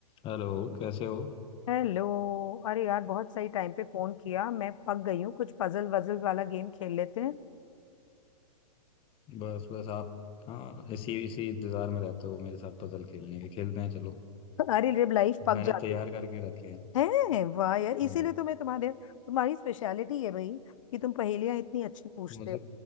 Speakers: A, on the left; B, on the left.
A: Hello कैसे हो
B: Hello अरे यार बहुत सही टाइम पे फोन किया मैं पक गई हूँ कुछ पजल वजल वाला गेम खेल लेते हैं
A: बस बस आप हाँ इसी इसी इंतजार में रहते हो मेरे साथ पजल खेलने के खेलते हैं चलो
B: अरे जब लाइफ पक
A: मैंने
B: जाती
A: तैयार करके रखे हैं
B: है हैं वाह यार
A: हम्म,
B: इसीलिए तो मैं तुम्हारे तुम्हारी स्पेशलिटी है भाई कि तुम पहेलियां इतनी अच्छी पूछते
A: मुझे
B: हो